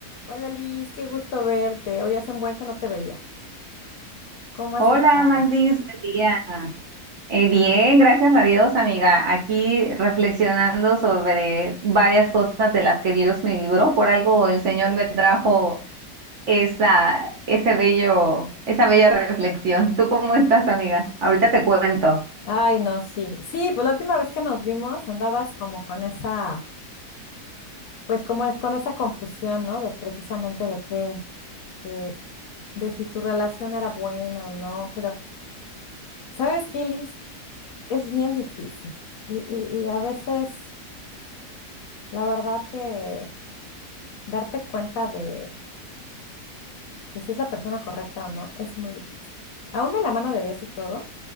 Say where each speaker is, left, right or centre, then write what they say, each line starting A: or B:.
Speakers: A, on the left; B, on the right.
A: Hola Liz, qué gusto verte. Hoy hace un buen que no te veía. ¿Cómo has
B: Hola
A: estado?
B: Magdis, buen día. Eh, bien, gracias a Dios, amiga. Aquí reflexionando sobre varias cosas de las que Dios me libró. Por algo el Señor me trajo esa, ese bello, esa bella reflexión. ¿Tú cómo estás, amiga? Ahorita te cuento.
A: Ay, no, sí. Sí, pues la última vez que nos vimos andabas como con esa, pues como es con esa confusión, ¿no? De precisamente de qué, de, de si tu relación era buena o no. Pero, ¿sabes qué, Liz? Es bien difícil. Y, y, y a veces, la verdad que darte cuenta de, de si es la persona correcta o no es muy difícil. Aún de la mano de Dios y todo,